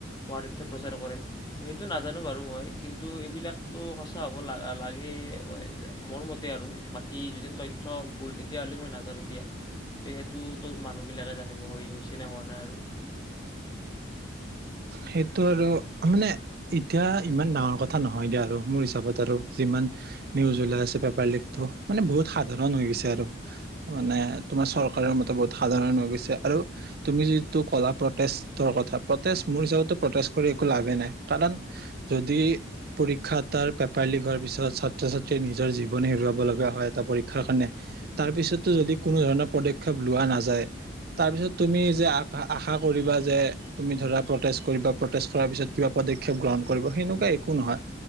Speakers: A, on the left; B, on the right.
A: ভুৱা তথ্য প্ৰচাৰ কৰে। সেইটো নাজানো বাৰু মই, কিন্তু এইবিলাকতো সঁচা হ'ব লা- লাগে মই মোৰ মতে আৰু বাকী যিজন তথ্য ভুল তেতিয়াহ'লে মই নাজানো দিয়া। তে, সেইটোতো মানুহবিলাকে জানিব হৈছে নে হোৱা নাই আৰু।
B: সেইটো আৰু মানে এতিয়া ইমান ডাঙৰ কথা নহয় দিয়া আৰু মোৰ হিচাপত আৰু যিমান নিউজ ওলাই আছে, পেপাৰ লিকটো মানে বহুত সাধাৰণ হৈ গৈছে আৰু। মানে, তোমাৰ চৰকাৰৰ মতে ব সাধাৰণ হৈ গৈছে আৰু তুমি যিটো ক'লা প্ৰটেষ্টৰ কথা প্ৰটেষ্ট মোৰ হিচাপতো প্ৰটেষ্ট কৰি একো লাভেই নাই কাৰণ যদি পৰীক্ষা এটাৰ পেপাৰ লিক হোৱাৰ পিছত ছাত্ৰ-ছাত্ৰীয়ে নিজৰ জীৱন হেৰুৱাব লগা হয় এটা পৰীক্ষাৰ কাৰণে তাৰ পিছতো যদি কোনো ধৰণৰ পদক্ষেপ লোৱা নাযায় তাৰপিছত তুমি যে আ আশা কৰিবা যে তুমি ধৰা প্ৰটেষ্ট কৰিবা প্ৰটেষ্ট কৰাৰ পিছত কিবা পদক্ষেপ গ্ৰহণ কৰিব সেনেকুৱা একো নহয়